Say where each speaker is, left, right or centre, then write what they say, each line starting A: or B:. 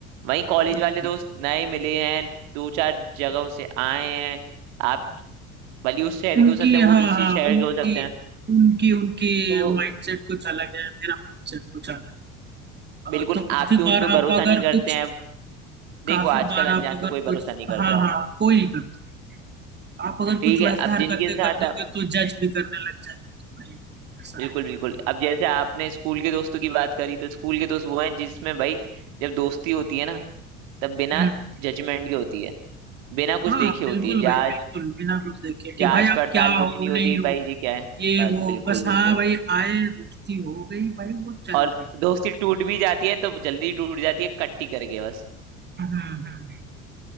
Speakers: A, on the right (about 65°); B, on the right (about 25°).
A: वहीं कॉलेज
B: हम्म,
A: वाले
B: हम्म।
A: दोस्त नए मिले हैं दो चार जगहों से आए हैं आप भले उस शहर
B: उनकी
A: के हो सकते हैं
B: हाँ
A: वो दूसरी
B: हाँ
A: शहर
B: उनकी
A: के हो सकते हैं
B: उनकी उनकी
A: तो
B: माइंडसेट कुछ अलग है मेरा माइंडसेट कुछ अलग है
A: बिल्कुल
B: अ, तो
A: आप
B: काफी
A: भी उन
B: बार
A: पे
B: आप
A: भरोसा
B: अगर
A: नहीं करते
B: कुछ
A: हैं देखो
B: काफी
A: आजकल
B: बार आप
A: अनजान
B: अगर
A: पे कोई
B: कुछ
A: भरोसा नहीं करता
B: हाँ हाँ
A: है
B: कोई नहीं करता है। आप अगर
A: ठीक
B: कुछ वैसे
A: है अब
B: हरकतें
A: जिनके साथ
B: कर
A: आप
B: दोगे तो जज भी करने लग जाएंगे कि भाई ये ऐसा
A: बिल्कुल
B: है
A: बिल्कुल अब जैसे आपने स्कूल के दोस्तों की बात करी तो स्कूल के दोस्त वो हैं जिसमें भाई जब दोस्ती होती है ना तब बिना
B: हम्म
A: जजमेंट के होती है बिना
B: हाँ
A: कुछ देखे
B: बिल्कुल
A: होती है जांच
B: भाई बिल्कुल बिना कुछ देखे कि
A: जांच
B: भाई आप
A: पड़ताल
B: क्या हो
A: कुछ नहीं होती
B: नहीं हो
A: भाई ये क्या है
B: ये
A: बस
B: वो
A: बिल्कुल
B: बस हाँ
A: बिल्कुल
B: भाई आए दोस्ती हो गई भाई वो चल
A: और
B: रही
A: दोस्ती टूट भी जाती है तो जल्दी टूट जाती है कट्टी करके बस
B: हम्म हम्म